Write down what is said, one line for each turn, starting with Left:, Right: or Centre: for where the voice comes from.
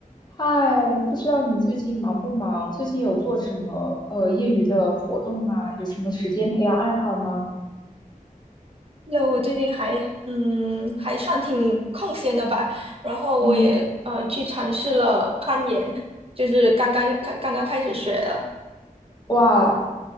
Left: 嗨，不知道你最近忙不忙？最近有做什么呃业余的活动吗？有什么时间培养爱好吗？
Right: 那我最近还嗯还算挺空闲的吧，然后我也呃去尝试了攀岩，
Left: 嗯，
Right: 就是刚刚开刚刚开始学的。
Left: 哇，